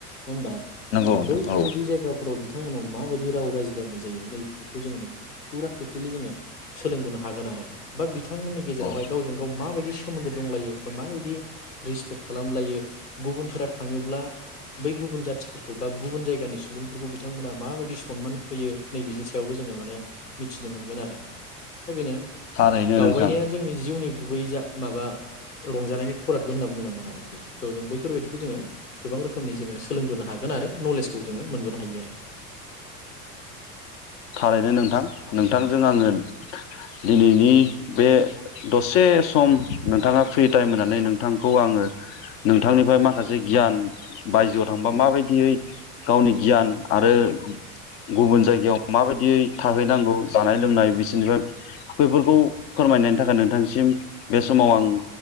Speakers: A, on the left (about 85°); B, on the left (about 35°).
A: होमबा
B: नंगौ
A: बैफोरबायदि
B: नोंथां औ
A: जायगाफोराव बिथांमोनाव माबायदि राव रायज्लायनाय जायो नै बेफोरखौ जोङो माने फुरा टटेलि जोङो सोलोंबोनो हागोन आरो बा बिथांमोननि गेजेरावहाय
B: औ
A: जों गाव माबायदि सोमोन्दो दंलायो बा माबायदि रिसपेक्ट खालामलायो गुबुनफोरा थाङोब्ला बै गुबुन जाथिफोरखौ बा गुबुन जायगानि सुबुंफोरखौ बिथांमोना माबायदि सनमान होयो नैबेनि सायावबो जोङो माने मिथिनो मोनगोन आरो। दा बेनो
B: थारैनो
A: दावबायनाया
B: नोंथां
A: जोंनि गुबै जा माबा रंजानायनि खरादबो होनना बुंनांगोन आरोखि। <unintelligible> बैफोरबायदिखौ जोङो गोबां रोखोमनि जोङो सोलोंबोनो हागोन आरो नलेजखौ जोङो मोनबोनो हायो आरो
B: थारैनो नोंथां नोंथांजों आङो दिनैनि बे दसे सम नोंथाङा फ्रि टाइम होनानै नोंथांखौ आङो नोंथांनिफ्राय माखासे गियान बायजोआव थांबा माबायदियै गावनि गियान आरो गुबुन जायगायाव माबायदियै थाहैनांगौ जानाय लोंनाय बिसोरनिफ्राय बैफोरखौ फोरमायनायनि थाखाय नोंथांसिम बे समाव आं